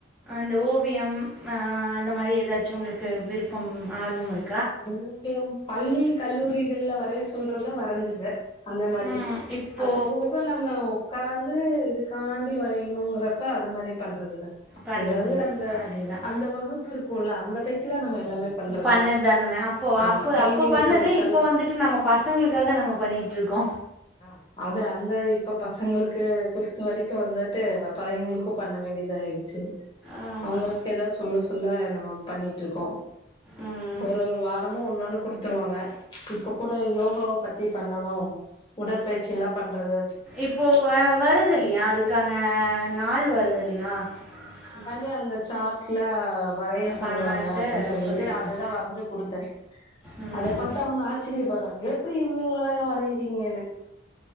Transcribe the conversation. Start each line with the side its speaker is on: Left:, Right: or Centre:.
Centre: இந்த ஓவியம் அ அந்த மாரி ஏதாச்சும் உங்களுக்கு விருப்பம் ஆர்வமிரு
Left: ஓவியம் பள்ளி கல்லூரிகள்ல வரய சொல்றத வரஞ்சிருவ அந்த மாரி
Centre: ம், இப்போ
Left: அது போக நம்ம ஒக்காந்து காண்டி வறையணுங்றப்ப அது மாரி பண்றதில்ல
Centre: பண்றதில்ல
Left: எதாவது அந்த
Centre: அதேதான்.
Left: அந்த வகுப்பு இருக்குல்ல அந்த டைத்ல நம்ம எல்லாமே பண்றது
Centre: பண்ணது தானே அப்போ
Left: ஆமா
Centre: அப்ப
Left: கைவினை
Centre: அப்ப பண்ணது
Left: பொருட்கள்
Centre: இப்போ வந்துட்டு நம்ம பசங்களுக்காக நம்ம பண்ணிட்ருக்கோ
Left: அ அது அந்த இப்ப பசங்களுக்கு பிஃப்த்து வரைக்கு வந்தர் ட்டு அப்ப அயிங்களுக்கு பண்ண வேண்டியதாயிடுச்சு
Centre: ஆமா
Left: அவுங்களுக்கு எதா சொல்ல சொ ல்ல நம்ம பண்ணிட்ருக்கோ
Centre: ம்
Left: ஒரொரு வாரமு ஒன்னொன்னு குடுத் த்துருவாங்க இப்ப கூட யோகாவ பத்தி பண்ணனு உடற்பயிற்சிலா பண்றது
Centre: இப்போ வ வருதுல்லியா அதுக்கான நாள் வருதில்லியா ம்
Left: ஏ அந்த சாட்ல வரைய சொல்றாங்க
Centre: பண்ணட்டு
Left: அப்டின் சொல்லிட்டு
Centre: சொல்லியிருக்கேன்
Left: அதுதா வரஞ்சு குடுத்தே
Centre: ம்
Left: அத பாத்து அவுங்க ஆச்சரியப்பர்றாங்க எப்டி இவ்ளோ அழகா வரைறீங்கன்னு